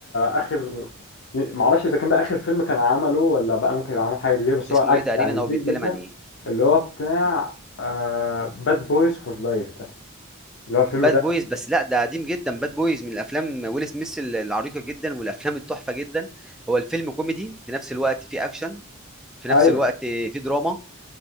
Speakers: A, on the left; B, in the centre.
A: اخر معرفش اذا كان ده اخر فيلم كان عمله ولا بقى ممكن يبقى عمل حاجه جديده بس هو
B: اسمه
A: أج...
B: ايه تقريبا
A: يعني
B: او
A: جديد
B: بيتكلم
A: جدا
B: عن ايه
A: اللي هو بتاع آه... باد بويز فور لايف ده اللي هو الفيلم
B: باد
A: ده
B: بويز بس لا ده قديم جدا باد بويز من الافلام ويل سميث ال- العريقه جدا والافلام التحفه جدا هو الفيلم كوميدي في نفس الوقت فيه اكشن في نفس
A: ايوه
B: الوقت في دراما